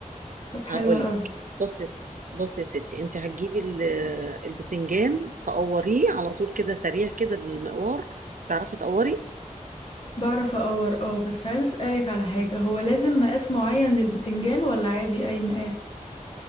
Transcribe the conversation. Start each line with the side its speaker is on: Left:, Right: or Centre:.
Left: طب حلو
Right: اقول
Left: قوي
Right: لك بصي بصي يا ستي انت هتجيبي ال- البذنجان تقوريه على طول كده سريع كده بالمقوار تعرفي تقوري
Left: بعرف اقور اه بس عايز اسألك على حاجة هو لازم مقاس معين للبتنجان ولا عادي اي مقاس